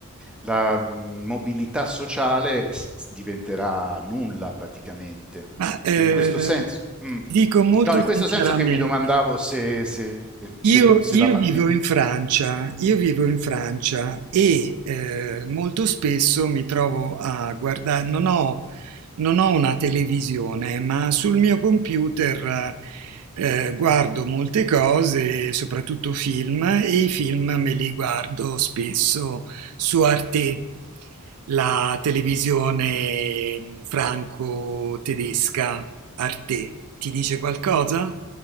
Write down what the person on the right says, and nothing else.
Ma eh,
ti dico molto
sinceramente.
Io,
io
vivo
in Francia, io vivo in Francia e eh, molto spesso mi trovo a guardare, non ho, non ho una televisione, ma sul mio computer eh, guardo molte cose, soprattutto film, e i film me li guardo spesso su Arte, la televisione franco-tedesca Arte. Ti dice qualcosa?